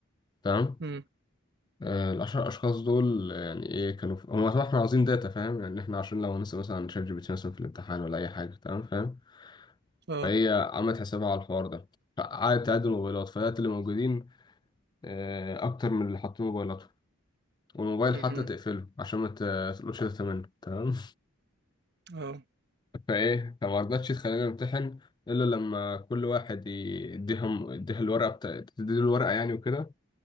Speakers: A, on the left; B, on the right.
A: تمام
B: امم
A: آه العشر اشخاص دول يعني ايه كانوا في... هم احنا عاوزين داتا فاهم يعني احنا عشان لو هنسأل مثلا شات جي بي تي مثلا في الامتحان ولا اي حاجه تمام فاهم
B: اه
A: فهي عملت حسابها على الحوار ده فقعدت تعد الموبايلات فلقيت اللي موجودين آه اكتر من اللي حاطين موبايلاتهم والموبايل
B: امم
A: حتى تقفله عشان ما ت- تقولوش ده تمام
B: اه
A: فايه فما رضتش تخلينا نمتحن الا لما كل واحد ي- يديهم يديها الورقه بتا... تديله الورقه يعني وكده